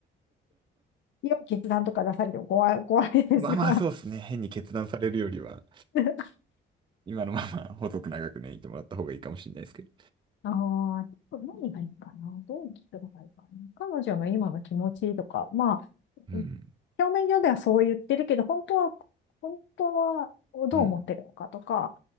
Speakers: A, on the left; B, on the right.
A: 良い決断とか出されても怖い、怖いですが。
B: まあまあ、そうですね。変に決断されるよりは、
A: <laughs>
B: 今のまま細く長くね、いてもらった方がいいかもしれないですけど。
A: ああ、何がいいかな。どう聞くのがいいかな。彼女の今の気持ちとか、まあ、
B: うん、
A: 表面上ではそう言ってるけど、本当は、本当はどう思ってるのかとか、
B: うん。